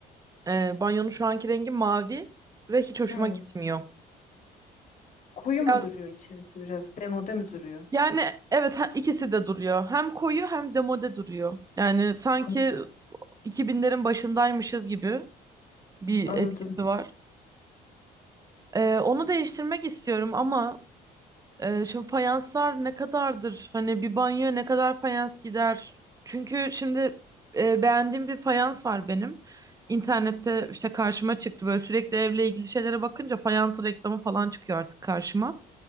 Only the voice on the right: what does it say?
e, banyonun şu anki rengi mavi ve hiç hoşuma
gitmiyor.
Biraz
yani evet ha- ikisi de duruyor. Hem koyu hem demode duruyor. Yani sanki
2000'lerin başındaymışız gibi bir
etkisi var. Ee, onu değiştirmek istiyorum ama e, şimdi fayanslar ne kadardır? Hani bir banyoya ne kadar fayans gider? Çünkü şimdi e, beğendiğim bir fayans var benim. İnternette işte karşıma çıktı böyle sürekli evle ilgili şeylere bakınca fayans reklamı falan çıkıyor artık karşıma.